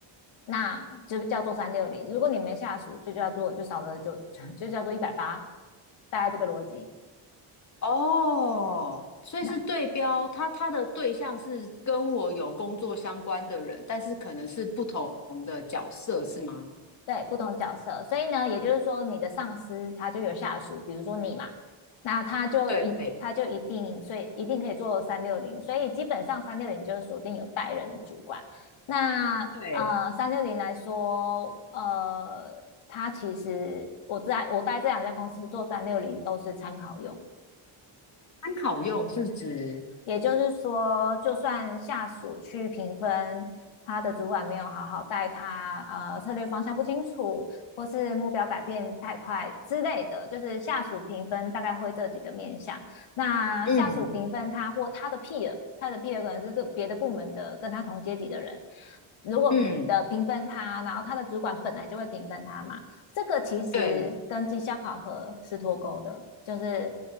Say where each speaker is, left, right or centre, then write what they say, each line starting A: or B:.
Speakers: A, on the left (about 70°); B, on the left (about 35°).
A: 那就叫做三六零；如果你没下属，就叫做就少了就 <laughs> 就叫做一百八，大概这个逻辑。
B: 哦，所以是对标，
A: 那。
B: 他他的对象是跟我有工作相关的人，但是可能是不同的角色，是吗？
A: 对，不同角色，所以呢，也就是说，你的上司他就有下属，比如说你嘛，那他就一他就一定，
B: 对对，
A: 所以一定可以做三六零，所以基本上三六零就是锁定有带人的主管。那呃，
B: 对，
A: 三六零来说，呃，他其实我在我待这两家公司做三六零都是参考用，
B: 参考用是指，
A: 也就是说，就算下属去评分，他的主管没有好好带他，呃，策略方向不清楚，或是目标改变太快之类的，就是下属评分大概会这几个面向。那下属评分他或他的
B: 嗯
A: peer，他的 peer 可能是个别的部门的跟他同阶级的人，如果的评分他，
B: 嗯，
A: 然后他的主管本来就会评分他嘛，这个其实跟绩效考核是脱钩的，
B: 对，
A: 就是